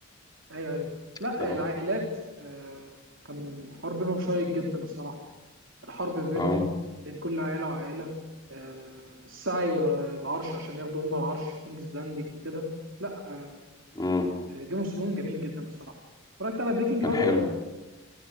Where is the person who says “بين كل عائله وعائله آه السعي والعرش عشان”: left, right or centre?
Right